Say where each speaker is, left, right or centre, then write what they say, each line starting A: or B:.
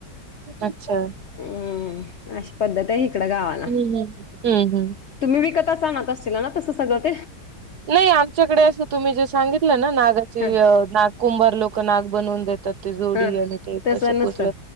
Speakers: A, on the right; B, on the left.
A: अच्छा
B: हम्म अशी पद्धत आहे इकड गावाला
A: हं, हं. हं, हं.
B: तुम्ही विकत असाल ना तला ना तस <unintelligible>
A: नाही आमच्याकडे असं तुम्ही जे सांगितलं ना नागाची
B: ह
A: नाग कुंभार लोक नाग बनवून देतात जोडी
B: ह
A: आणि ते
B: तसं
A: तस ल
B: नसल
A: पो